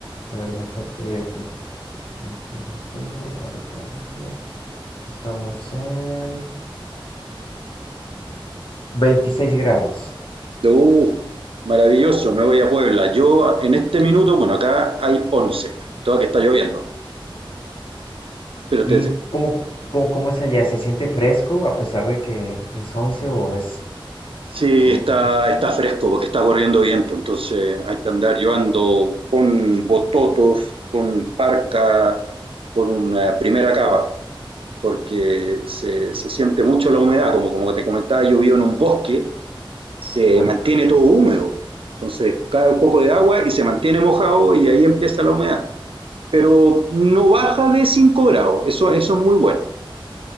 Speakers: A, on the left; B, on the right.
A: a ver, déjate pues, que investigo, a ver qué va metido. Estamos en 26 grados.
B: Uh, maravilloso, me voy a Puebla. Yo en este minuto, bueno, acá hay 11, toda que está lloviendo, pero
A: ¿Y
B: te,
A: cómo, cómo, cómo es allá? ¿Se siente fresco a pesar de que es 11 o es,
B: Sí,
A: o
B: está,
A: cómo se
B: está fresco porque está corriendo viento, entonces hay que andar. Yo ando con bototos, con parca, con una primera capa, porque se, se siente mucho la humedad. Como, como te comentaba, yo vivo en un bosque, se
A: llama?
B: mantiene todo húmedo. Entonces cae un poco de agua y se mantiene mojado y ahí empieza la humedad. Pero no baja de 5 grados, eso, eso es muy bueno.